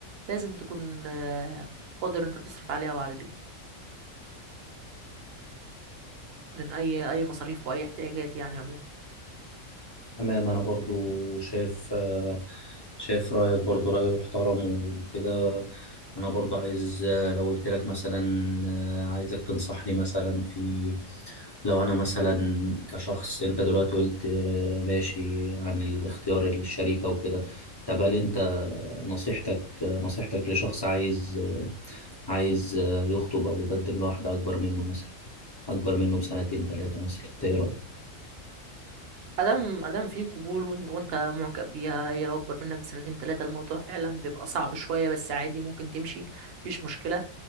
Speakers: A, on the right; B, on the left.
A: لازم تكون آه، قادر انت تصرف عليها وعلى البيت من اي اي مصاريف واي احتياجات يعني عموما
B: تمام انا برضو شايف آه، شايف رايك برضو راي محترم وكده انا برضو عايز آه، لو قلت لك مثلا آه، عايزك تنصحني مثلا في لو انا مثلا كشخص انت دلوقتي قلت آه، ماشي عن الاختيار الشريكة وكده طب هل انت نصيحتك آه، نصيحتك لشخص عايز آه، عايز آه، يخطب او يقدم لواحدة اكبر منه مثلا اكبر منه بسنتين ثلاثة مثلا إنت ايه
A: ادم ادم في قبول وإن- وانت معجب بيها هي لو اكبر منك بسنتين ثلاثه الموضوع فعلا بيبقى صعب شويه بس عادي ممكن تمشي مفيش مشكله